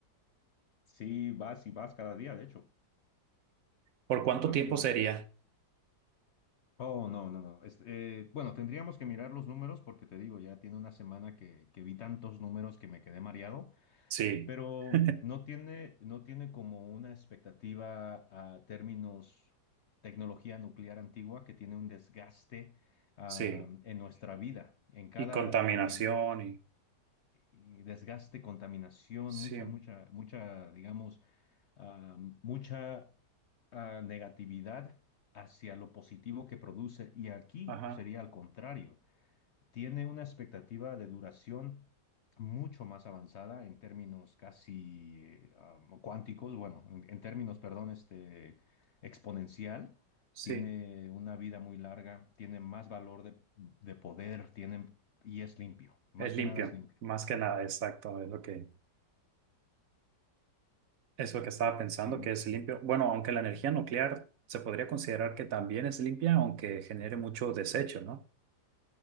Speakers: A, on the left; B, on the right.
A: Sí, vas y vas cada día, de hecho,
B: ¿Por cuánto
A: más
B: tiempo
A: y más.
B: sería?
A: Oh, no, no, no. Es- eh, bueno, tendríamos que mirar los números porque te digo, ya tiene una semana que, que vi tantos números que me quedé mareado.
B: Sí,
A: Pero
B: <laughs>
A: no tiene, no tiene como una expectativa a términos tecnología nuclear antigua que tiene un desgaste ah,
B: sí.
A: en nuestra vida, en cada
B: Y contaminación
A: en- en-
B: y
A: y desgaste, contaminación,
B: sí,
A: mucha, mucha, mucha, digamos, ah, mucha ah, negatividad hacia lo positivo que produce. Y aquí
B: ajá,
A: sería al contrario tiene una expectativa de duración mucho más avanzada en términos casi eh, am, cuánticos, bueno, en, en términos, perdón, este, exponencial.
B: sí.
A: Tiene una vida muy larga, tiene más valor de, de poder, tiene, y es limpio, más
B: Es
A: que
B: limpio,
A: nada es limpio.
B: más que nada, exacto, es lo que es lo que estaba pensando,
A: Sí.
B: que es limpio. Bueno, aunque la energía nuclear se podría considerar que también es limpia, aunque genere mucho desecho, ¿no?